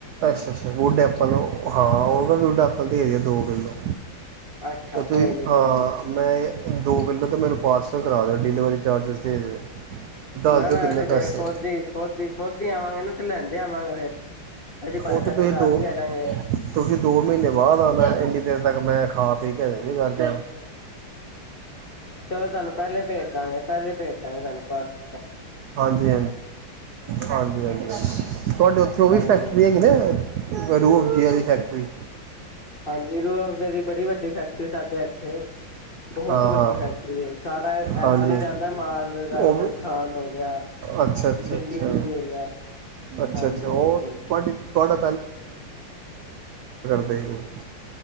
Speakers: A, on the right; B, on the left.
A: ਅੱਛਾ -ਅੱਛਾ, ਵੁਡ ਐਪਲ ਹਾਂ, ਉਹ ਵੁਡ ਐਪਲ ਦੇ ਦੇ ਆ, ਦੋ ਕਿੱਲੋ
B: ਅੱਛਾ
A: ਤੇ ਤੁਸੀਂ
B: ਕੋਈ ਨੀ ਕੋਈ
A: ਹਾਂ
B: ਨੀ
A: ਮੈਂ ਦੋ- ਕਿੱਲੋ ਤਾਂ ਮੇਰੇ ਕ ਪਾਰਸਲ ਕਰਾ ਲਓ ਡਿਲੀਵਰੀ ਚਾਰਜਿਸ ਦੇ ਤੇ,
B: ਨਾ
A: ਦੱਸ ਦਿਓ,
B: ਨਾ
A: ਕਿੰਨੇ
B: ਅਸੀਂ ਤੇ
A: ਪੈਸੇ‌।
B: ਖੁਦ ਹੀ ਖੁਦ ਹੀ ਖੁਦ ਆਵਾਂਗੇ ਨਾ ਤੇ, ਲੈਂਦੇ ਆਵਾਂਗੇ ਫੇਰ ਅਸੀਂ ਭਾਵੇਂ
A: ਉਹ
B: ਤੁਹਾਡੇ
A: ਤੇ ਤੁਸੀਂ ਦੋ
B: ਘਰ ਵੀ ਆ ਜਾਂਗੇ
A: ਤੁਸੀ, ਦੋ ਮਹੀਨੇ ਬਾਅਦ ਆਨਾ ਏ, ਇੰਨੀ ਦੇਰ ਤੱਕ ਮੈਂ ਖਾ-ਪੀ ਕੇਜ ਵੀ ਕਰਜ
B: ਚਲੋ ਤੁਹਾਨੂੰ ਪਹਿਲੇ ਭੇਜਦਾਂਗੇ, ਪਹਿਲੇ ਭੇਜਦਾਂਗੇ ਤੁਹਾਨੂੰ। ਪਾਰਸ
A: ਹਾਂਜੀ- ਹਾਂਜੀ, ਹਾਂਜੀ, ਹਾਂਜੀ, ਹਾਂ ਤੁਹਾਡੇ ਉੱਥੇ ਉਹ ਵੀ
B: ਹਾਂਜੀ
A: ਫੈਕਟਰੀ ਹੈਗੀ ਨਾ ਰੂਹ ਪੂਜੀ ਵਾਲੀ ਫੈਕਟਰੀ।
B: ਹਾਂਜੀ, ਰੂਅਫਜ਼ੇ ਦੀ ਬੜੀ ਵੱਡੀ ਫੈਕਟਰੀ ਸਾਡੇ ਐਥੇ। ਬਹੁਤ
A: ਹਾਂ
B: ਵੱਡੀ
A: ਹਾਂ
B: ਫੈਕਟਰੀ ਏ। ਸਾਰਾ
A: ਹਾਂਜੀ
B: ਐਥੋਂ ਦੀ ਜਾਂਦਾ ਮਾਲ ਰਾਜਸਥਾਨ
A: ਉਹ ਵੀ
B: ਹੋ ਗਿਆ,
A: ਅੱਛਾ ਅੱਛਾ
B: ਦਿੱਲੀ-ਦੁੱਲੀ
A: ਅੱਛਾ
B: ਹੋ ਗਿਆ,
A: ਅੱਛਾ
B: ਹਾਂਜੀ-
A: ਅੱਛਾ ਉਹ
B: ਹਾਂਜੀ।
A: ਤੁਹਾਡੀ ਤੁਹਾਡਾ ਬ ਨਹੀਂ